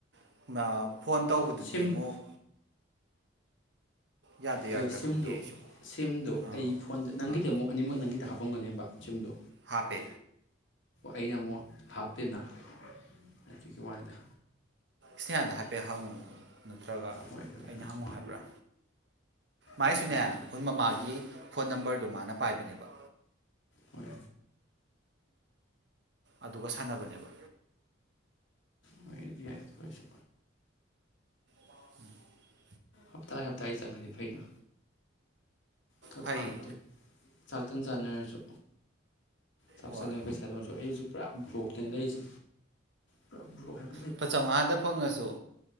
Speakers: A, on the right (about 60°); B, on the left (about 75°).
A: <unintelligible> ꯐꯣꯟ ꯇꯧꯕꯗꯨꯗꯤ
B: ꯁꯤꯝ
A: ꯑꯃꯨꯛ ꯌꯥꯗꯣꯏ
B: ꯍꯣꯏ
A: ꯌꯥꯔꯣꯏꯗ꯭ꯔꯥ
B: ꯁꯤꯝꯗꯣ
A: ꯈꯪꯗꯦ ꯑꯩꯁꯨ
B: ꯁꯤꯝꯗꯣ
A: ꯑꯥ
B: ꯑꯩ ꯐꯣꯟꯗ ꯅꯪꯒꯤꯗ
A: ꯑꯥ
B: ꯑꯃꯨꯛ ꯑꯅꯤꯃꯛ ꯅꯪꯒꯤꯗ ꯍꯥꯞꯄꯝꯒꯅꯦꯕ ꯁꯤꯝꯗꯣ
A: ꯍꯥꯞꯄꯦ
B: ꯑꯩꯅ ꯑꯃꯨꯛ ꯍꯥꯞꯇꯦꯅ ꯍꯥꯏꯒꯤ ꯋꯥꯏꯗ
A: ꯁꯤꯅꯦ ꯑꯗ ꯍꯥꯞꯄꯦ ꯍꯥꯎ ꯅꯠꯇ꯭ꯔꯒ
B: ꯍꯣꯏ ꯑꯗꯨꯒꯤ
A: ꯑꯩꯅ
B: ꯍꯪꯉꯤ
A: ꯍꯪꯉꯨ ꯍꯥꯏꯕ꯭ꯔꯥ ꯃꯥꯏꯁꯨꯅꯦ
B: ꯍꯣꯏ ꯀꯥꯏꯗꯦ
A: ꯑꯩꯈꯣꯏ ꯃꯃꯥꯒꯤ ꯐꯣꯟ ꯅꯝꯕꯔꯗꯨ ꯃꯥꯅ ꯄꯥꯏꯕꯅꯦꯕ
B: ꯍꯣꯏ
A: ꯑꯗꯨꯒ ꯁꯥꯟꯅꯕꯅꯦꯕ
B: ꯃꯗꯤ ꯍꯥꯏꯁꯨ
A: ꯎꯝ
B: ꯍꯞꯇꯥ ꯍꯞꯇꯥ ꯆꯪꯉꯗꯤ ꯐꯩꯅ ꯈꯔ
A: ꯐꯩ
B: ꯊꯥ ꯅꯠꯇꯦ ꯆꯥꯛꯇꯪ ꯆꯥꯅꯔꯁꯨ ꯆꯥꯛ
A: ꯍꯣꯏ
B: ꯆꯥꯅꯔ ꯄꯩꯁꯥꯗꯣ ꯑꯣꯏꯁꯨ ꯑꯩ ꯍꯧꯖꯤꯛ ꯄꯨꯔꯥ ꯕ꯭ꯔꯣꯛꯇ ꯂꯩꯔꯤꯁꯦ ꯄꯨ ꯕꯣꯛ ꯍꯥꯏ
A: ꯂꯨꯄꯥ ꯆꯥꯝꯃꯉꯥꯗ ꯐꯪꯉꯁꯨ